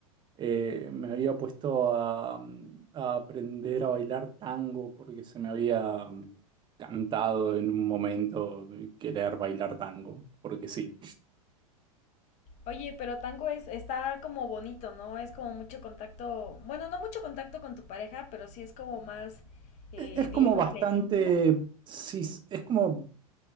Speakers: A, on the right (about 25°); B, on the left (about 40°).
A: Eh, me había puesto a, mm, a aprender a bailar tango porque se me había mm, cantado en un momento querer bailar tango, porque sí.
B: Oye, pero tango es, está como bonito, ¿no? Es como mucho contacto, bueno, no mucho contacto con tu pareja, pero sí es como más, eh,
A: E- Es como
B: digamos,
A: bastante,
B: de íntimo.
A: sí, es como,